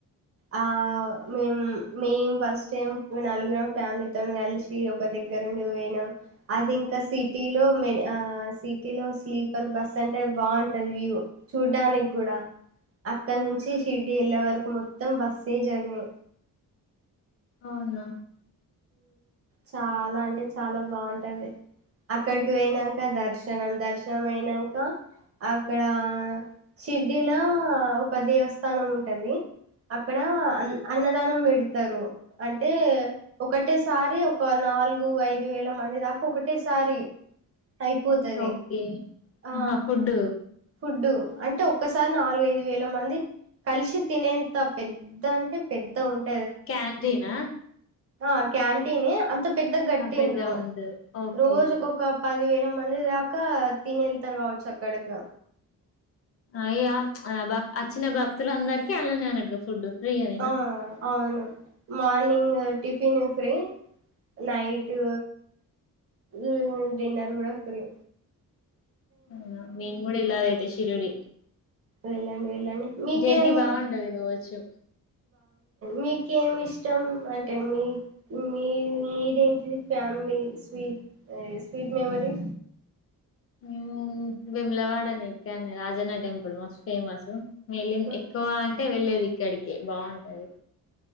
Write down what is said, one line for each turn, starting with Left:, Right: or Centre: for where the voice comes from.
Right: ఆ మేము మే ఫస్ట్ నాలుగురు ఫ్యామిలీతో కలిసి ఒక దగ్గరుండి పోనాం. అది ఇంకా సిటీలో మ సిటీ లో స్లీపర్ బస్ అంటే బాగుంటది. వ్యూ చూడ్టడానికి కూడా అక్కడ నుంచి షిర్డి వెళ్ళే వరకు మొత్తం మొత్తం బస్ జెర్నీ
Left: అవునా
Right: చాల అలా అంటే చాలా బాగుంటాది. అక్కడికి వెయినాక దర్శనం దర్శనం అయినాక అక్కడ షిర్డలా ఒక దేవస్థానం ఉంటది. అక్కడ అ అన్నదానం పెడతారు. అంటే ఒకటిసారి ఒక నాలుగు ఐదు వేల మంది దాకా ఒకటేసారి అయిపోతుది.
Left: ఓకే
Right: ఆ
Left: ఆహా ఫుడ్
Right: ఫుడ్డు అంటే ఒక్కసారి నాలుగుఐదు వేల మంది కలిసి తినేంత పెద్ద అంటే పెద్ద ఉంటు
Left: క్యాంటీనా
Right: ఆ క్యాంటీన్ అంత పెద్ద గట్టిండ్రు
Left: పెద్దగా ఉంటది ఓకే
Right: రోజుక
Left: ఓకే
Right: ఒక పదివేల మంది దాకా తనిళ్తారు కావచ్చు అక్కడకి
Left: అయ్యా ప్చ్ అచ్చిన భక్తులు అందరికి అళ్లానే అనటుగా ఫుడ్ ఫ్రీగా నేనా
Right: ఆ అవును morning tiffin free night um dinner కూడా పురి
Left: అవునా
Right: వెళ్ళండి వెళ్ళండి మీకేం
Left: జర్నీ బాగుంటది కావచ్చు
Right: మీకేమి ఇష్టం అంటే మీ మీ మీదేంటిది ఫ్యామిలీ స్వీట్ స్వీట్ మెమొరీ
Left: ఉమ్ బిములావాడానికానే రాజన్న టెంపుల్ మస్తు ఫేమస్ మేలిన్
Right: ఉహు
Left: ఎక్కువ అంటే వెళ్లేది ఇక్కడికే బాగుంటాది